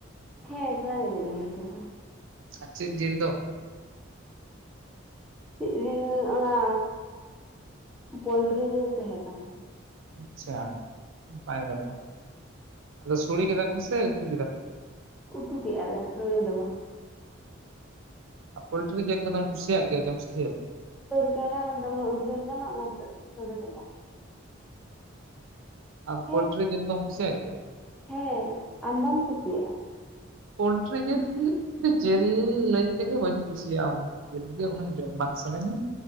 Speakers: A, in the centre; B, on the right (about 75°).
A: ᱦᱮᱸ ᱮᱠᱞᱟ ᱜᱮᱞᱮ ᱡᱚᱢ ᱠᱮᱫᱟ᱾
B: ᱟ ᱪᱮᱜ ᱡᱤᱞ ᱫᱚ?
A: ᱪᱮᱫ ᱡᱤᱞ ᱚᱱᱟ ᱯᱳᱞᱴᱨᱤ ᱡᱤᱞ ᱛᱟᱦᱮᱸ ᱠᱟᱱᱟ᱾
B: ᱟᱪᱪᱷᱟ ᱱᱟᱯᱟᱭ ᱠᱟᱛᱷᱟ ᱟᱫᱚ ᱥᱚᱲᱮ ᱠᱮᱫᱟ ᱠᱚ ᱥᱮ ᱩᱛᱩ ᱠᱮᱫᱟ ᱠᱚ
A: ᱩᱛᱩ ᱠᱮᱜᱼᱟᱞᱮ ᱥᱳᱲᱮ ᱫᱚ ᱵᱟᱝ᱾
B: ᱟ ᱯᱚᱞᱴᱨᱤ ᱡᱤᱞ ᱠᱚᱫᱚᱢ ᱠᱩᱥᱤᱭᱟᱜ ᱜᱮᱭᱟ ᱡᱚᱢ ᱥᱮ ᱪᱮᱫ
A: <unintelligible> ᱫᱚᱢᱮ ᱩᱫᱜᱟᱹᱨ ᱠᱟᱱᱟ ᱚᱱᱟᱛᱮ ᱥᱚᱲᱮ ᱫᱚ ᱵᱟᱝ᱾
B: ᱟᱨ
A: ᱦᱮᱸ
B: ᱯᱳᱞᱴᱨᱤ ᱡᱤᱞ ᱫᱚᱢ ᱠᱩᱥᱤᱭᱟᱜ ᱜᱮᱭᱟ?
A: ᱦᱮᱸ ᱟᱢ ᱵᱟᱢ ᱠᱩᱥᱤᱭᱟᱜᱼᱟ?
B: ᱯᱳᱞᱴᱨᱤ ᱡᱤᱞ, ᱡᱤᱞ ᱞᱟᱹᱭ ᱛᱮ ᱜᱮ ᱵᱟᱹᱧ ᱠᱩᱥᱤᱭᱟᱜ ᱼᱟ ᱩᱱᱟᱹᱜ᱾ ᱡᱤᱞ ᱜᱮ ᱩᱱᱟᱹᱜ ᱡᱚᱢ ᱵᱟᱝ ᱥᱟᱱᱟᱧᱟ᱾